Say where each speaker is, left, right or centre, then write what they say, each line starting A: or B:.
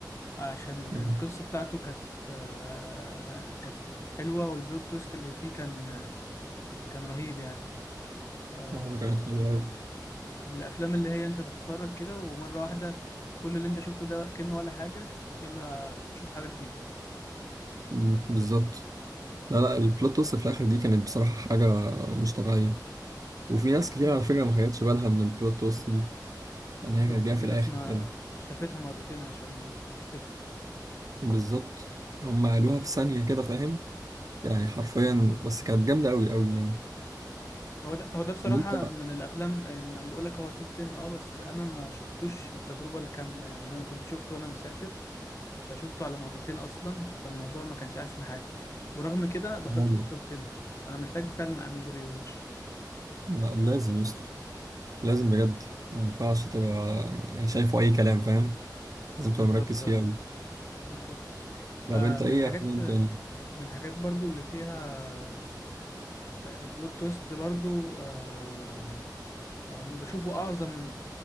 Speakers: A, on the left; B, on the right.
A: عشان
B: مم.
A: القصة بتاعته كانت آه، كانت حلوة والبلوت تويست اللي فيه كان كان رهيب يعني آه،
B: اه كانت حلوه أوي.
A: من الافلام اللي هي انت بتتفرج كده ومره واحده كل اللي انت شفته ده كأنه ولا حاجه يلا شوف حاجه جديده
B: مم، بالظبط لا لا البلوت توست في الاخر دي كانت بصراحه حاجه مش طبيعيه وفي ناس كتير
A: مم.
B: على فكره ما خدتش بالها من البلوت توست دي
A: بالظبط
B: يعني هي كانت جايه
A: في
B: في
A: ناس
B: الاخر
A: ما
B: كده
A: شافتها مرتين عشان تفهم
B: بالظبط هم قالوها في ثانيه كده فاهم يعني حرفيا
A: مم.
B: بس كانت جامده قوي قوي يعني
A: هو ده هو ده بصراحه
B: إن انت
A: من الافلام ان انا بقول لك هو توب 10 اه بس انا ما شفتوش بالتجربه الكامله يعني انا كنت شفته وانا مسافر فشفته على مرتين اصلا فالموضوع ما كانش احسن حاجه ورغم كده بحطه
B: راجل
A: في التوب 10 فانا محتاج فعلا اعمل له ري واتش
B: لا لازم يسطا لازم بجد ما ينفعش تبقى يعني شايفه اي كلام فاهم لازم تبقى
A: بالظبط
B: مركز
A: اه
B: فيها قوي
A: بالظبط
B: طب
A: آه،
B: انت
A: من
B: ايه
A: الحاجات
B: افلام تاني
A: من الحاجات برضو اللي فيها بلوت تويست برضو آه، آه، بشوفه أعظم